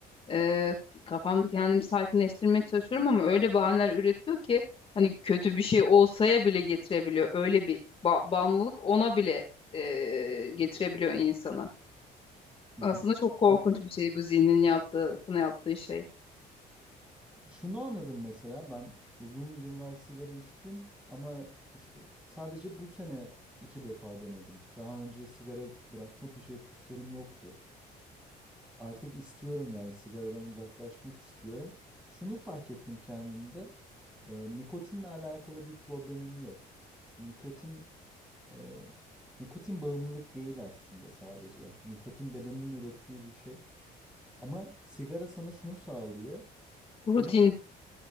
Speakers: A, on the left (about 35°); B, in the centre.
A: e, kafamda kendimi sakinleştirmeye çalışıyorum ama öyle bahaneler üretiyor ki hani kötü bir şey olsaya bile getirebiliyor. Öyle bir ba- bağımlılık ona bile e, getirebiliyor insanı.
B: Hı
A: Aslında
B: hı.
A: çok korkunç
B: Ya,
A: bir şey bu zihnin yaptığı, sana yaptığı şey.
B: Şunu anladım mesela ben uzun yıllar sigara içtim ama işte sadece bu sene iki defa denedim. Daha önce sigara bırakma teşebbüslerim yoktu. Artık istiyorum yani sigaradan uzaklaşmak istiyorum. Şunu fark ettim kendimde. e, nikotinle alakalı bir problemim yok. Nikotin e, nikotin bağımlılık değil aslında sadece. Nikotin bedenin ürettiği bir şey. Ama sigara sana şunu sağlıyor.
A: Rutin
B: Bunu